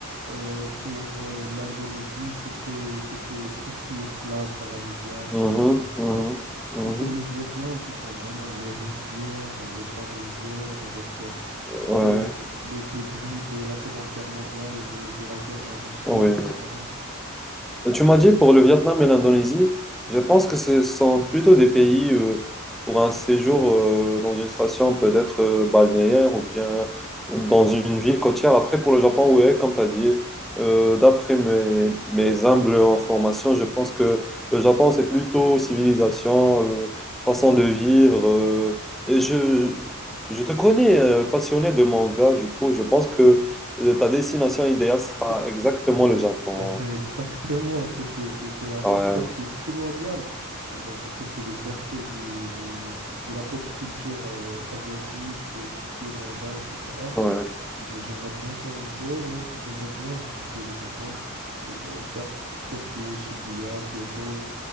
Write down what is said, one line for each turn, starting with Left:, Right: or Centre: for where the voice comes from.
Right: Euh, pour euh, l'Indonésie, c'était, c'était tout ce qui est plage paradisiaque,
Centre: Mhm,
Right: etc., etc.
Centre: mhm, mhm.
Right: Et pour le Vietnam, ce sont vraiment les rizières, euh, les grandes rizières avec euh,
Centre: Ouais,
Right: les, les débris de la Seconde Guerre mondiale et de, de la guerre d'Indochine,
Centre: oui.
Right: etc.
Centre: Tu m'as dit pour le Vietnam et l'Indonésie, je pense que ce sont plutôt des pays euh, pour un séjour euh, dans une station peut-être euh, balnéaire ou bien dans une ville côtière. Après, pour le Japon, oui, comme tu as dit, euh, d'après mes, mes humbles informations, je pense que le Japon, c'est plutôt civilisation, euh, façon de vivre. euh, et je, je te connais euh, passionné de manga, du coup, je pense que euh, ta destination idéale sera
Right: Eh
Centre: exactement le Japon.
Right: eh ben, exactement, c'est c'est- c'est- c'est un
Centre: Ouais.
Right: facteur qui est primordial, Ah ben, vu que c'est le berceau du, du- du- de la pop culture euh, asiatique, de tout ce qui est manga, etc.
Centre: Ouais,
Right: Ben, j'aimerais bien ça, ouais, ouais, j'aimerais bien visiter le Japon, euh, ben, faire Tokyo, Shibuya, Kyoto.